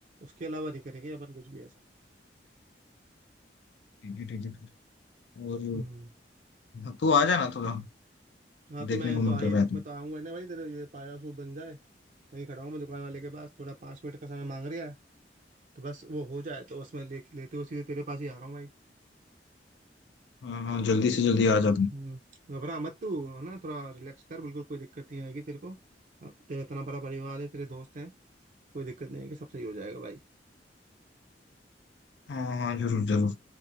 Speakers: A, on the right; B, on the left.
A: उसके अलावा नहीं करेंगे अपन कुछ भी ऐसा
B: ठीक है ठीक है ठीक है। और
A: हम्म
B: हाँ, तू आ जाना थोड़ा
A: हाँ तो
B: देखने
A: मैं
B: को
A: तो
B: मन
A: आई
B: कर रहा है तू
A: मैं तो आऊंगा ना भाई तेरे ये पाया सूप बन जाए वहीं खड़ा हूँ मैं दुकान वाले के पास थोड़ा पाँच मिनट का समय मांग रहा है तो बस वो हो जाए तो बस मैं ले, लेते हुए सीधे तेरे पास ही आ रहा हूँ भाई
B: हाँ हाँ जल्दी से जल्दी आ जा तू
A: हम्म, घबरा मत तू है ना थोड़ा रिलैक्स कर बिल्कुल कोई दिक्कत नहीं आएगी तेरे को अब तेरा इतना बड़ा परिवार है तेरे दोस्त हैं कोई दिक्कत नहीं आएगी सब सही हो जाएगा भाई
B: हाँ हाँ जरूर जरूर